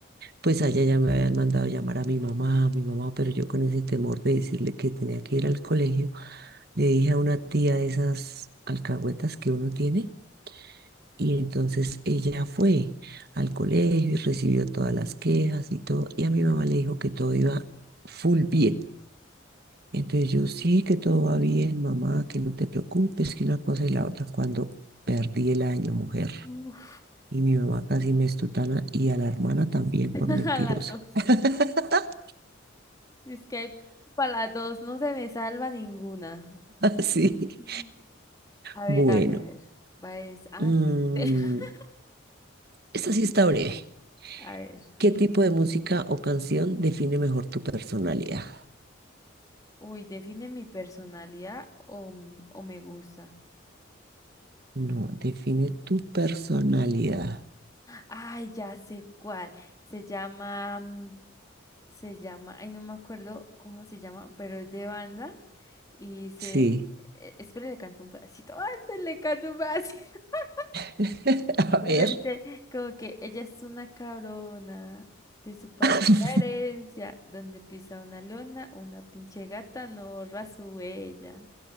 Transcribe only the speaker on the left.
Uf,
<laughs>
A las dos.
Es que hay para las dos. No se me salva ninguna.
Ujú. A ver,
a ver. Va es. Ah,
sí. <laughs>
A ver.
Uy, define mi personalidad o, m- o me gusta.
Ay, ya sé cuál. Se llama. mm, se llama, ay, no me acuerdo cómo se llama, pero es de banda y se,
eh, espere, le canto un pedacito, antes le canto un pedacito, <laughs>
pero
dice como que ella es una cabrona de su papá
la herencia, donde pisa una leona, una pinche gata no borra su huella.